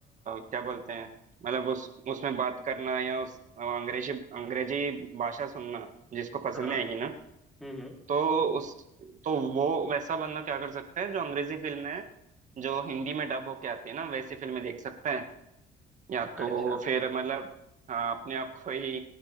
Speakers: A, on the right; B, in the centre.
A: क्या बोलते हैं मतलब उस उसमें बात करना या उस अंग्रेजी अंग्रेजी भाषा सुनना जिसको पसंद
B: हाँ
A: नहीं आएगी ना
B: हम्म
A: तो उस तो वो वैसा बंदा क्या कर सकता है जो अंग्रेजी फिल्म है जो हिंदी में डब होके आती है ना वैसी फिल्में देख सकता है या
B: अच्छा
A: तो फिर मतलब हाँ अपने आप को ही